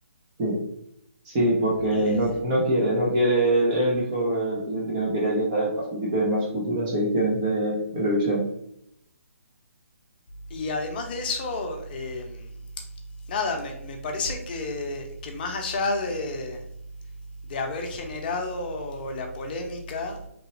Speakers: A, on the right (about 30°); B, on the left (about 35°).
A: sí, sí, porque no,
B: Eh,
A: no quiere, no quiere, él, él dijo, el presidente, que no quería que Israel participe en más futuras ediciones de Eurovisión.
B: y además de eso, eh, nada, me, me parece que, que más allá de, de haber generado la polémica,